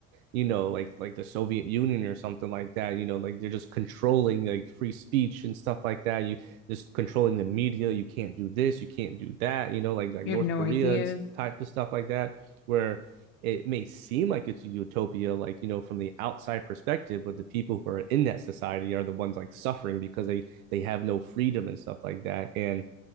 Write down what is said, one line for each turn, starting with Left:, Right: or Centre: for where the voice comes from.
Right: you know, like like the Soviet Union or something like that. You know, like they're just controlling like free speech and stuff like that. You just controlling the media. You can't do this. You can't do that. You know, like like
Left: You
Right: North
Left: have no
Right: Korea
Left: ideas.
Right: and type of stuff like that, where it may seem like it's a utopia, like you know, from the outside perspective, but the people who are in that society are the ones like suffering because they they have no freedom and stuff like that. And